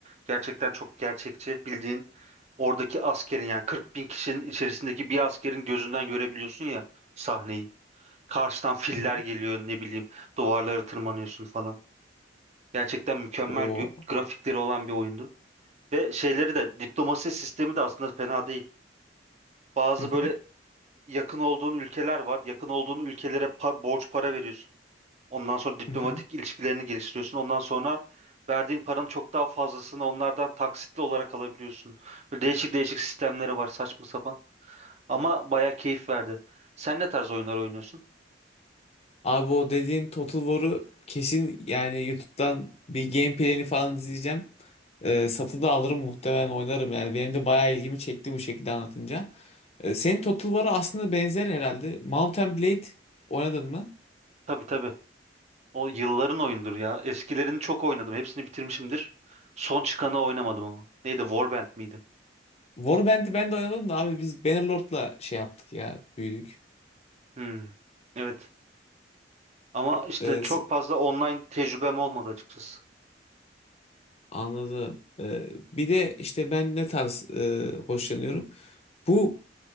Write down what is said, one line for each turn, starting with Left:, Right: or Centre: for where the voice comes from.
Right: gerçekten çok gerçekçi. Bildiğin oradaki askerin yani 40 bin kişinin içerisindeki bir askerin gözünden görebiliyorsun ya sahneyi. Karşıdan filler
Left: Hı hı.
Right: geliyor ne bileyim duvarlara tırmanıyorsun falan. Gerçekten mükemmel
Left: O.
Right: gö- grafikleri olan bir oyundu. Ve şeyleri de diplomasi sistemi de aslında fena değil. Bazı
Left: Hı hı.
Right: böyle yakın olduğun ülkeler var. Yakın olduğun ülkelere pa- borç para veriyorsun. Ondan sonra diplomatik
Left: Hı hı.
Right: ilişkilerini geliştiriyorsun. Ondan sonra verdiğin paranın çok daha fazlasını onlardan taksitli olarak alabiliyorsun. Böyle değişik değişik sistemleri var saçma sapan. Ama baya keyif verdi. Sen ne tarz oyunlar oynuyorsun?
Left: Abi o dediğin Total War'u kesin yani YouTube'dan bir gameplay'ini falan izleyeceğim. Ee, satın da alırım muhtemelen oynarım yani. Benim de bayağı ilgimi çekti bu şekilde anlatınca. Ee, senin Total War'a aslında benzer herhalde. Mountain Blade oynadın mı?
Right: Tabii tabii. O yılların oyundur ya. Eskilerini çok oynadım. Hepsini bitirmişimdir. Son çıkanı oynamadım ama. Neydi? Warband miydi?
Left: Warband'i ben de oynadım da abi biz Bannerlord'la şey yaptık ya büyüdük.
Right: Hmm. Evet. Ama işte
Left: Ee,
Right: çok
Left: se-
Right: fazla online tecrübem olmadı açıkçası.
Left: anladım. Ee, bir de işte ben ne tarz e, hoşlanıyorum. Bu